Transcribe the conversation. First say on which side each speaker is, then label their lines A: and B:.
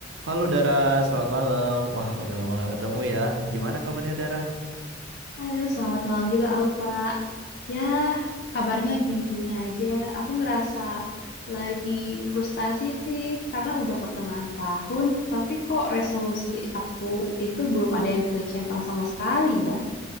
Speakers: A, on the right (about 65°); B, on the left (about 55°).
A: Halo Dara, selamat malam. Wah, udah lama nggak ketemu ya. Gimana kabarnya Dara?
B: Halo, selamat malam juga Alfa. Ya, kabarnya gini-gini aja. Aku ngerasa lagi frustasi sih karena udah pertengahan tahun, tapi kok resolusi aku itu belum ada yang kecentang sama sekali ya.